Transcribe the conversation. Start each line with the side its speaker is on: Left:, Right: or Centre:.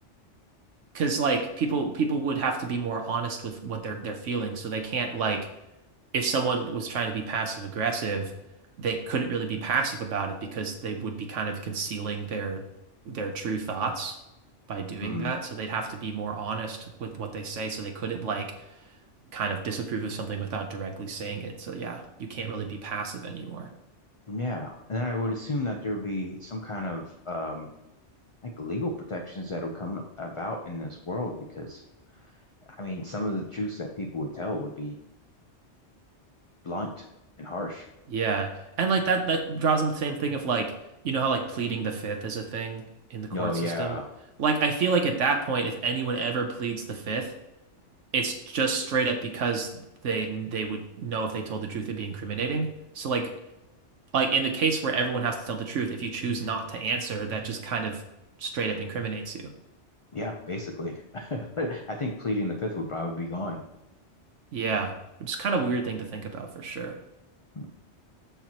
Right: because like people people would have to be more honest with what they're they're feeling, so they can't like if someone was trying to be passive aggressive, they couldn't really be passive about it because they would be kind of concealing their their true thoughts by doing
Left: mhm.
Right: that. So they'd have to be more honest with what they say. So they couldn't like kind of disapprove of something without directly saying it. So yeah, you can't really be passive anymore.
Left: Yeah, and then I would assume that there would be some kind of um like legal protections that will come about in this world because I mean some of the truths that people would tell would be blunt and harsh.
Right: Yeah. And like that that draws in the same thing of like, you know how like pleading the fifth is a thing in the court
Left: Oh yeah,
Right: system? Like I feel like at that point, if anyone ever pleads the fifth, it's just straight up because they they would know if they told the truth it'd be incriminating. So like like in the case where everyone has to tell the truth, if you choose not to answer, that just kind of straight up incriminates you.
Left: yeah, basically. <laughs> I think pleading the fifth would probably be gone.
Right: Yeah, which is kind of a weird thing to think about for sure.
Left: Mm,